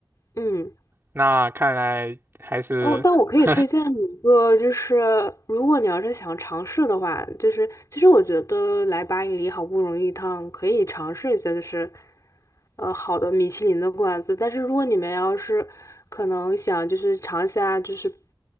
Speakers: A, on the left (about 45°); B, on the right (about 30°).
A: 嗯。
B: 那看来还是
A: 哦，但我可以推荐你一个，
B: <laughs>，
A: 就是如果你要是想尝试的话，就是其实我觉得来巴黎好不容易一趟，可以尝试一下，就是呃好的米其林的馆子。但是如果你们要是可能想就是尝一下，就是